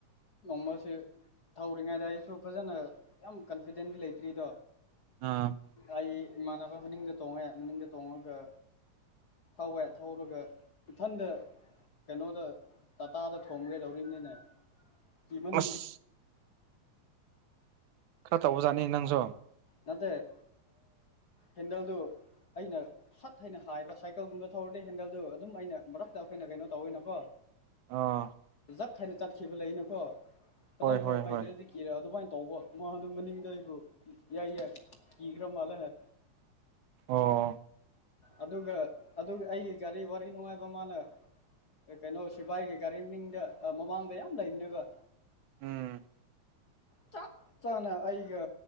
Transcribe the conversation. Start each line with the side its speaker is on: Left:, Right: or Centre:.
Left: ꯅꯣꯡꯃꯁꯨ ꯊꯧꯔꯤꯉꯩꯗ ꯑꯩꯁꯨ ꯐꯖꯅ ꯌꯥꯝ ꯐꯤꯗꯟꯗꯤ ꯂꯩꯇ꯭ꯔꯤꯗꯣ
Right: ꯑꯥ
Left: ꯑꯩ ꯏꯃꯥꯟꯅꯕ ꯃꯅꯤꯡꯗ ꯇꯣꯡꯉꯦ ꯃꯅꯤꯡꯗ ꯇꯣꯡꯉꯒ ꯊꯧꯋ‌ꯦ ꯊꯧꯔꯒ ꯏꯊꯟꯗ ꯀꯩꯅꯣꯗ ꯇꯥꯇꯥꯗ ꯊꯣꯡꯝꯒꯦꯗꯧꯔꯤꯕꯅꯤꯅꯦ ꯀꯃꯟ
Right: ꯑꯁ ꯈꯔ ꯇꯧꯕꯖꯥꯠꯅꯤ ꯅꯪꯁꯨ
Left: ꯅꯦ ꯍꯦꯟꯗꯦꯜꯗꯨ ꯑꯩꯅ ꯁꯠ ꯍꯥꯏꯅ ꯍꯥꯏꯕ ꯁꯥꯏꯀꯜꯒꯨꯝꯕ ꯊꯧꯔꯗꯤ ꯍꯦꯟꯗꯜꯗꯨ ꯑꯗꯨꯝ ꯑꯩꯅ ꯃꯔꯛꯇ ꯑꯩꯈꯣꯏꯅ ꯀꯩꯅꯣ ꯇꯧꯋꯅꯀꯣ
Right: ꯑꯥ
Left: ꯆꯠ ꯍꯅ ꯆꯠꯈꯤꯕ ꯂꯩꯅꯀꯣ
Right: ꯍꯣꯏ
Left: ꯐꯖꯅ ꯊꯧꯕ
Right: ꯍꯣꯏ ꯍꯣꯏ
Left: ꯍꯩꯇ꯭ꯔꯗꯤ ꯀꯤꯔ ꯑꯗꯨꯃꯥꯏꯅ ꯇꯧꯕ ꯃꯉꯣꯟꯗ ꯃꯅꯤꯡꯗ ꯑꯩꯕꯨ ꯌꯥꯏ ꯌꯥꯏ ꯀꯤꯈ꯭ꯔ ꯃꯥꯜꯂ ꯍꯥꯏ
Right: ꯑꯣ
Left: ꯑꯗꯨꯒ ꯑꯗꯨ ꯑꯩꯒꯤ ꯒꯥꯔꯤ ꯋꯥꯔꯤ ꯅꯨꯡꯉꯥꯏꯕ ꯃꯥꯅ ꯀꯩꯅꯣ ꯁꯤꯕꯥꯏꯒꯤ ꯒꯥꯔꯤ ꯃꯤꯡꯗ ꯃꯃꯥꯡꯗ ꯌꯥꯝ ꯂꯩꯅꯦꯕ
Right: ꯎꯝ
Left: ꯆ ꯆꯞ ꯆꯥꯅ ꯑꯩꯒ